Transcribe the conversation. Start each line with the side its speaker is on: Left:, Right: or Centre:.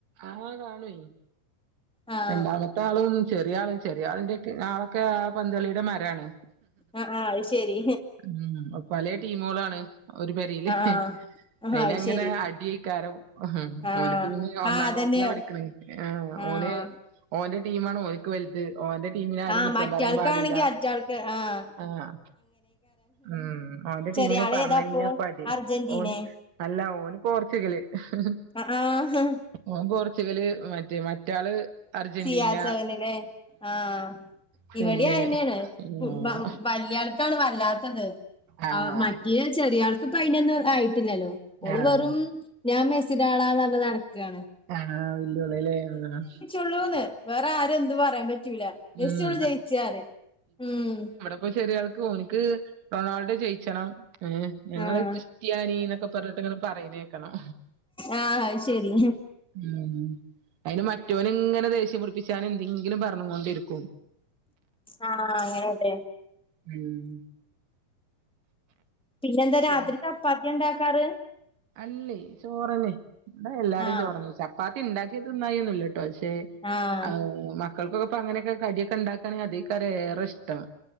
Right: ആഹ് കാനോയ്
Centre: ആഹ്
Right: രണ്ടാമത്തെ ആളും ചെറിയ ആള് ചെറിയ ആളിന്റെ ആളൊക്കെ ആ പന്തളിയുടെ മരാണ്
Centre: അ ആ അത് ശെരി.
Right: ഉം പല ടീമുകളാണ് ഒരു പരേല്
Centre: ആഹ് ആഹ്
Right: അയിലങ്ങനെ
Centre: അത് ശരി
Right: അടീക്കാരം
Centre: ആഹ്
Right: ഓൻക്ക് പിന്നെ ഒന്നാം
Centre: ആഹ് അതന്നെ
Right: ക്ലാസ്സില പഠിക്ക്ണേ ആ
Centre: ആഹ്
Right: ഓന് ഓന്റെ ടീമാണ് ഓൻക്ക് വല്ത് ഓന്റെ ടീമിനാരും
Centre: ആഹ്
Right: കുറ്റം
Centre: മറ്റാൾക്കാണെങ്കി
Right: പറയാൻ പാടില്ല
Centre: മറ്റാൾക്ക് ആഹ്
Right: ആഹ്. ഉം ഓന്റെ
Centre: ചെറിയ
Right: ടീമിന്
Centre: ആള്
Right: പറഞ്ഞ
Centre: ഏതാപ്പോ
Right: കഴിഞ്ഞപ്പടി
Centre: അർജന്റീനെ
Right: ഓന് അല്ല ഓന് പോർച്ചുഗല് ഹ് ഹ്
Centre: ആഹ് ആഹ്
Right: ഹ് പോർച്ചുഗല് മറ്റേ മറ്റാള് അർജന്റീന
Centre: സി ആർ സെവനിലെ ആഹ്
Right: പിന്നെ
Centre: ഇവിടെആയെന്നാണ്
Right: ഉം
Centre: കുബ വലിയ ആൾക്കാണ് വല്ലാത്തത്
Right: ആഹ്
Centre: ആ മറ്റേന് ചെറിയ ആൾക്ക് ഇപ്പ അയിനൊന്നും ആയിട്ടില്ലല്ലോ ഓള്
Right: ആഹ്
Centre: വെറും ഞാൻ മെസ്സിഡ ആള ന്നർഞ് നടക്കാണ്
Right: ആണോ വല്ലുവിളല്ലേ ആ
Centre: ഉള്ളൂന്ന് വേറെ ആരും ന്തും പറയാ പറ്റൂല ജസിള്ളു
Right: ഉം
Centre: ജയിച്ചാറിം ഉമ്
Right: അപ്പൊ ചെറിയ ആൾക്ക് ഓനിക്ക് റൊണാൾഡോ ജയിച്ചണംഏ ഞങ്ങള്
Centre: ആഹ്
Right: ക്രിസ്ത്യാനി ന്നൊക്കെ പറഞ്ഞിട്ട് ഇങ്ങനെ പറിണേക്കണം
Centre: ആഹ് അത് ശരി
Right: ഉ അയിന് മറ്റൊന് ഇങ്ങനെ ദേഷ്യം പിടിപ്പിച്ചൻ എന്തെങ്കിലും പറഞ്ഞ കൊണ്ടിരികും
Centre: ആഹ് അങ്ങനെലെ
Right: ഉം
Centre: പിന്നെന്താ രാത്രി
Right: പിന്നെ
Centre: ചപ്പാത്തിയാ ണ്ടാക്കാറ്
Right: അല്ലേ ചോറനെ ഇടാ എല്ലാരും
Centre: ആഹ്
Right: ചോർന്ന ചപ്പാത്തി അത് ഇണ്ടാക്കിതിന്നായി ഒന്നല്ലട്ടോ പക്ഷെ
Centre: ആഹ്
Right: അവു മക്ക ക്കൾക്കൊക്കെ പ്പ അങ്ങനൊക്കെ കിടിയൊക്കെണ്ടാക്കണെങ്കി അതേക്കാരം ഏറെ ഇഷ്ടം